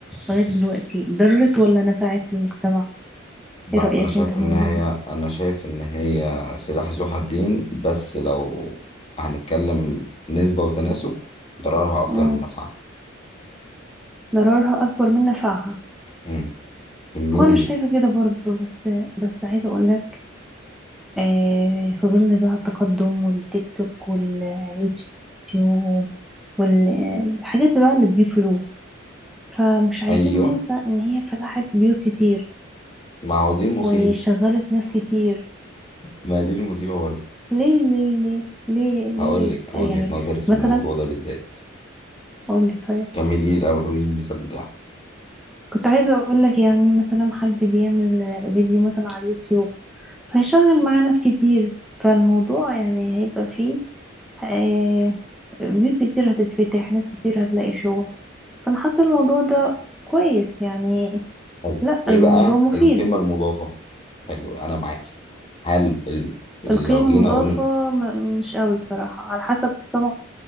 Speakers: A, in the centre; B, on the left.
A: لغاية دلوقتي ضرت ولا نفعت المجتمع
B: لا
A: ايه رأيك
B: انا شايف
A: انت في الموضوع
B: ان هي
A: ده
B: انا شايف ان هي سلاح ذو حدين بس لو هنتكلم نسبة وتناسب ضررها اكتر
A: مم.
B: من نفعها
A: ضررها اكبر من نفعها
B: امم كمية
A: هو انا شايفة كده برضو بس بس عايزة اقولك آه في ظل بقى التقدم والتيك توك واليوتيوب والحاجات بقى اللي بتجيب فلوس فمش عايزين
B: ايوه
A: ننسى ان هي فتحت بيوت كتير
B: ما هو دي المصيبة
A: وشغلت ناس كتير
B: ما دي المصيبة برضه
A: ليه ليه ليه ليه
B: هقول
A: ليه
B: لك وجهة
A: آه، يعني
B: نظري في
A: مثلا
B: الموضوع ده بالذات
A: قول لي طيب
B: كملي لي الاول قولي لي المثال بتاعك
A: كنت عايزة اقول لك يعني مثلا حد بيعمل آه، فيديو مثلا على اليوتيوب فهيشغل معاه ناس كتير فالموضوع يعني هيبقى فيه آه، بيوت كتير هتتفتح ناس كتير هتلاقي شغل فانا حاسة الموضوع ده كويس يعني
B: حلو
A: لا
B: ايه
A: الموضوع
B: بقى
A: مفيد
B: القيمة المضافة حلو انا معاكي هل ال... ال-
A: القيمة
B: لو جينا
A: المضافة
B: اقول
A: م- مش قوي بصراحة على حسب طبعا